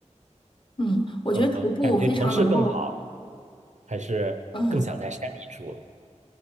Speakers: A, on the left (about 40°); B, on the right (about 70°).
A: 嗯，我觉得徒步非常能够，
B: 呃，感觉城市更好。还是更想在山里住？
A: 嗯，